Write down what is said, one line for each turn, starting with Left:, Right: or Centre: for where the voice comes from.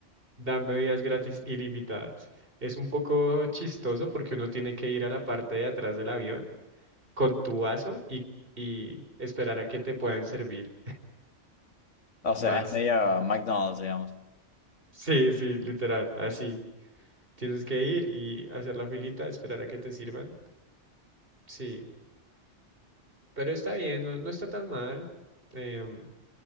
Right: dan bebidas gratis ilimitadas. Es un poco chistoso porque uno tiene que ir a la parte de atrás del avión con tu vaso y, y esperar a que te puedan servir
Left: O sea,
Right: más.
Left: es medio McDonald's, digamos.
Right: Sí, sí, literal, así. Tienes que ir y hacer la filita, esperar a que te sirvan. Sí, pero está bien, no, no está tan mal. Em,